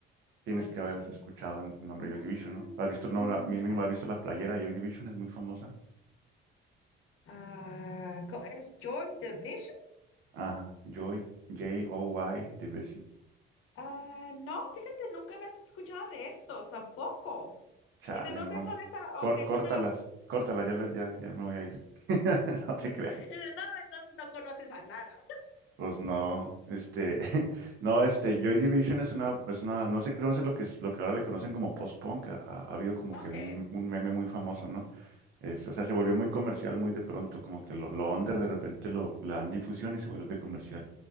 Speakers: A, on the right (about 65°); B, on the left (about 75°).
A: Tienes
B: Joy Division.
A: que haber escuchado el nombre
B: Mm,
A: de Joy Division, ¿no? ¿Has visto el nombre? Mínimo,
B: ya.
A: ¿has visto la playera de Joy Division? Es muy famosa.
B: Ah, co- ¿es Joy Division?
A: Ajá, Joy, J-O-Y Division.
B: Ah, no, fíjate, nunca me has escuchado de estos tampoco.
A: Chale,
B: ¿Y de dónde
A: no, me.
B: son estas?
A: cor
B: Ok, es
A: córtalas,
B: una... <laughs>
A: córtalas, ya, le- ya, ya me voy a ir. <laughs> No te creas.
B: y de- No, entonces no conoces a nada.
A: Pues no, este, <laughs> no, este, Joy Division es una, es una, no sé, conoces lo que es, lo que ahora le conocen como post-punk. Ha, ha habido como
B: Ok,
A: que un, un meme muy famoso, ¿no? Es, o sea, se volvió muy comercial muy de pronto, como que lo, lo under de repente lo, la dan difusión y se vuelve comercial